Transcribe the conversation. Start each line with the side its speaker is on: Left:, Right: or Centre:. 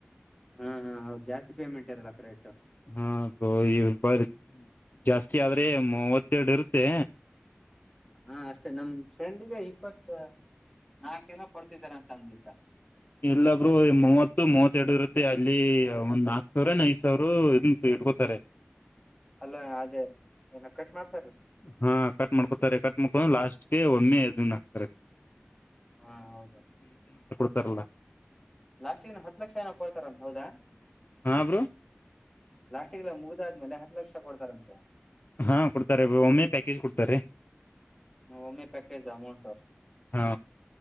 Centre: ಹಾ ಹಾ ಹೌದು ಜಾಸ್ತಿ ಪೇಮೆಂಟ್ ಇರಲ್ಲ ಕ್ರೇಟ್
Left: ಹಾ ಈ ಬ ಜಾಸ್ತಿ ಆದ್ರೆ ಮೂವತ್ತೆರಡು ಇರುತ್ತೆ
Centre: ಹಾ ಅಷ್ಟೇ ನಮ ಫ್ರೆಂಡಗ ಇಪ್ಪತ್ತ ನಾಕೇಏನ ಕೊಡ್ತಿದಾರ ಅಂತ ಅಂದಿದ್ದ
Left: ಇಲ್ಲಬ್ರು ಮೂವತ್ತು ಮೂವತ್ತೆರಡು ಇರುತ್ತೆ ಅಲ್ಲಿ ಒಂದ್ ನಾಕ್ ಸಾವರ ಐದ್ ಸಾವಿರ ಇಟ್ಕೊತಾರೆ
Centre: ಅಲ್ಲ ಅದೇ ಏನ ಕಟ್ ಮಾಡ್
Left: ಹಾ ಕಟ್ ಮಾಡ್ಕೊತಾರೆ ಕಟ್ ಮಾಡ್ಕೊಂಡ ಲಾಸ್ಟ್ಗೆ ಒಮ್ಮೆ ಇದನ್ ಹಾಕ್ತಾರೆ
Centre: ಹಾ ಹೌದ
Left: ಉತ್ತರ್ಲ
Centre: ಲಾಸ್ಟ್ ನ ಹತ್ ಲಕ್ಷ ಜಏನಕೊಳ್ತಾರಂತ ಹೌದಾ
Left: ಹಾ ಬ್ರೋ
Centre: ಲಾಸ್ಟಿಗ್ಲ್ಲ ಮುಗ್ದಾದ್ಮೇಲೆ ಹತ್ ಲಕ್ಷ ಕೊಡ್ತಾರಂತೆ
Left: ಹಾ ಕೊಡ್ತಾರೆ ಒಮ್ಮೆ ಪ್ಯಾಕೇಜ್ ಕೊಡ್ತಾರೆ
Centre: ಒಮ್ಮೆ ಪ್ಯಾಕೇಜ್ ಅಮೌಂಟ್
Left: ಹಾ